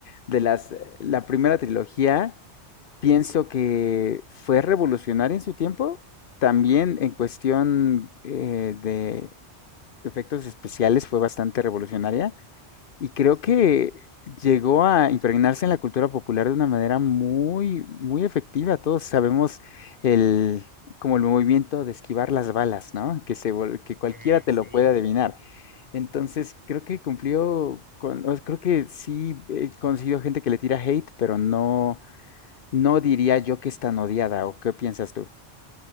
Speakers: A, on the left; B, on the right.
A: de las, eh, la primera trilogía, pienso que fue revolucionaria en su tiempo. También en cuestión eh, de efectos especiales fue bastante revolucionaria. Y creo
B: Sí.
A: que llegó a impregnarse en la cultura popular de una manera muy, muy efectiva. Todos sabemos el, como el movimiento de esquivar las balas, ¿no? Que se, vol- que cualquiera
B: Eh,
A: te
B: sí.
A: lo puede adivinar. Entonces, creo que cumplió con, o sea, creo que sí he conocido gente que le tira hate, pero no, no diría yo que es tan odiada, ¿o qué piensas tú?